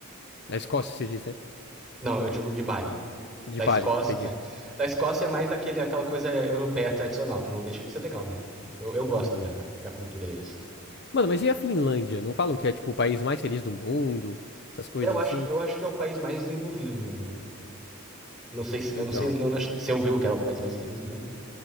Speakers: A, on the left; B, in the centre.
A: na Escócia se diz, né?
B: Não, eu digo de Bali.
A: De
B: Da
A: Bali,
B: Escócia,
A: entendi.
B: é. Da Escócia é mais daquele, aquela coisa europeia tradicional, que não deixa de ser legal, né? Eu, eu gosto
A: Entendi.
B: da, da cultura deles.
A: Mano, mas e a Finlândia? Não falam que é, tipo, o país mais feliz do mundo? Essas coisas
B: Eu acho,
A: assim?
B: que, eu acho que é o país mais desenvolvido do mundo, né? Não sei se. Eu
A: Então.
B: não sei. eu não você ouviu que é o país mais feliz do mundo?